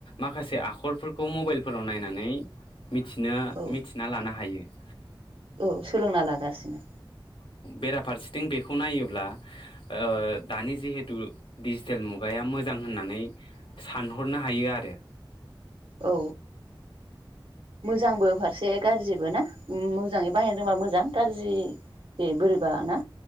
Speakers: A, on the left; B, on the right.
A: माखासे आखलफोरखौ मबाइलफोराव नायनानै मिथिना
B: औ
A: मिथिना लानो हायो। <inaudible>
B: औ सोलोंना लागासिनो
A: बेरा फारसेथिं बेखौ नायोब्ला ओ दानि जिहेतु बिसोर मुगाया मोजां होननानै साननो हायो आरो
B: औ मोजांबो फारसे गाज्रिबो ना मोजाङै बाहायनो रोंबा मोजां गाज्रियै बोरैबा ना